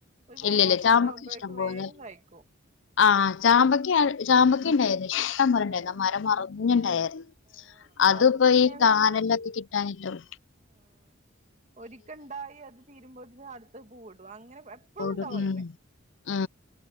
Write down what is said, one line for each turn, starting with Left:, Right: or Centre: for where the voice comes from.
Right: ഒരു മൂന്ന്
Left: ഇല്ലല്ല
Right: വർഷൊക്കെ
Left: ചാമ്പക്ക
Right: ആകുമ്പോഴേക്കും
Left: ഇഷ്ടം പോലെ
Right: വേഗം കായ്ക്കും
Left: ആ ചാമ്പക്ക ആ ചാ ചാമ്പക്ക ഇണ്ടായിരുന്നു ഇഷ്ട്ടമ്പോലെ ഇണ്ടായിരുന്നു
Right: ആഹ്
Left: ആ മരം മറിഞ്ഞുണ്ടായിരുന്നു
Right: ആഹ്
Left: അത് ഇപ്പൊ
Right: പിന്നെന്ന്
Left: ഈ കാനലൊക്കെ
Right: പറഞ്ഞാ
Left: കിട്ടാഞ്ഞിട്ടാവും
Right: ആഹ് ഒരിക്കണ്ടായി അത് തീരുമ്പോത്തിന് അടുത്ത് പൂവിടും അങ്ങനെ എപ്പഴും
Left: <unintelligible>
Right: ഉണ്ടാവും
Left: ഉം
Right: അയിമ്മെ
Left: ആ